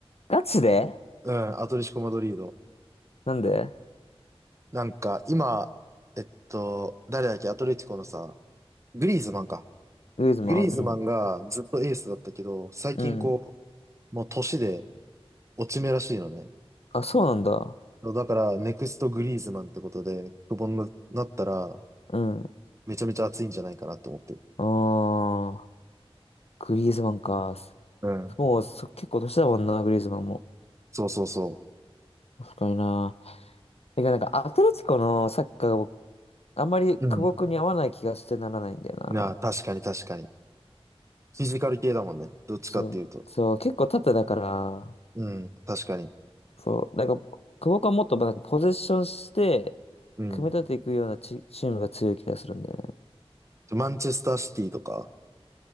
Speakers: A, on the left (about 75°); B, on the right (about 30°).
A: ガチで
B: うん、アトレチコ・マドリード。
A: なんで
B: なんか、今、えっと、誰だっけ、アトレチコのさ、グリーズマンか。
A: グリーズマンう
B: グリーズマンがずっとエースだったけど、最近こ
A: ん。うん。
B: う、もう年で落ち目らしいのね。
A: あ、そうなんだ。
B: だから、ネクストグリーズマンってことで、久保になったら、
A: うん。
B: めちゃめちゃ熱いんじゃないかなって思ってる。
A: あー、グリーズマンか。
B: うん。
A: もうそ結構年だもんな、グリーズマンも。
B: そうそうそ
A: 確かにな。てかなんかアトレティコのサッカーが僕あんまり久保君に合わない気がしてならないんだよな。
B: う。うん。なあ、確かに確かに。フィジカル系だもんね。どっちかっていうと。
A: そう、そう、結構縦だから、
B: うん、確かに。
A: そう、なんか、久保君はもっとなんかポゼッションして、
B: うん。
A: 組み立てていくようなチ、チームが強い気がするんだよね。
B: マンチェスターシティとか。